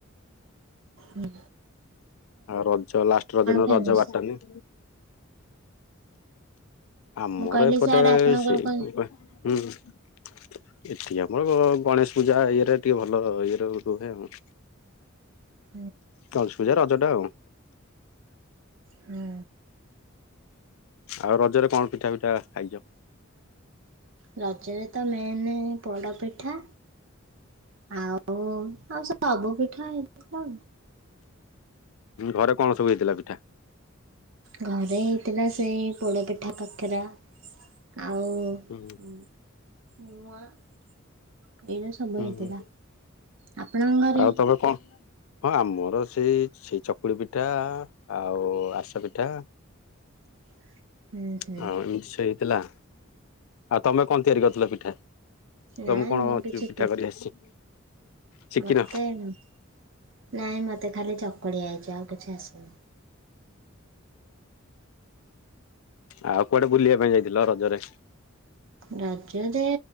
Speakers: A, on the right (about 65°); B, on the left (about 80°).
A: ଉଁ।
B: ଆଉ ରଜ ଲାଷ୍ଟ ରଜଦିନ
A: ଫେମସ୍?
B: ବାଟାନୀ ଆମର
A: ମୁଁ କହିଲି
B: ଏପଟେ
A: ସିଆଡେ ଆପଣଙ୍କର
B: ସେଇ
A: କଣ
B: ହୁଁ। ଏଠି ଆମର ଗ-ଗଣେଶ ପୂଜା ଇଏରେ ଟିକେ ଭଲ ଇଏର ରୁହେ ଆଉ।
A: <inaudible>
B: ଗଣେଶ ପୂଜା ରଜ ଟା ଆଉ।
A: ହୁଁ।
B: ଆଉ ରଜରେ କଣ ପିଠା ପିଠା ଖାଇଚ?
A: ରଜରେ ତ ମେନ୍ ପୋଡପିଠା। ଆଉ ଆଉ ସବୁ ପିଠା ହେଇଥିଲା।
B: ଘରେ କଣ ସବୁ ହେଇଥିଲା ପିଠା?
A: ଘରେ ହେଇଥିଲା ସେଇ ପୋଡ଼ପିଠା କାକେରା। ଆଉ
B: ହୁଁ
A: ମୁଆଁ। ଏଇରା ସବୁ
B: ହୁଁ
A: ହେଇଥିଲା
B: ହୁଁ
A: ଆପଣଙ୍କ ଘରେ?
B: ଆଉ ତମେ କଣ ହଁ ଆମର ସେଇ ସେଇ ଚକୁଳି ପିଠା ଆଉ ଆରଶା ପିଠା।
A: <inaudible> ହୁଁ
B: ହଁ ଏମିତି ସେଇହେଇଥିଲା ଆଉ ତମେ କଣ ତିଆରି କରିଥିଲ ପିଠା?
A: ନାଇଁ
B: ତମେ କଣ
A: ମୁଁ
B: ଅଛୁ
A: କିଛି
B: ପିଠା କରି ଆସିଛି ଶିଖିନ
A: ମତେ ନାଇଁ ମତେ ଖାଲି ଚକୁଳି ଆଇଚି ଆଉ କିଛି ଆସୁନି।
B: ଆଉ କୁଆଡେ ବୁଲିବା ପାଇଁ ଯାଇଥିଲ ରଜରେ।
A: ରଜରେ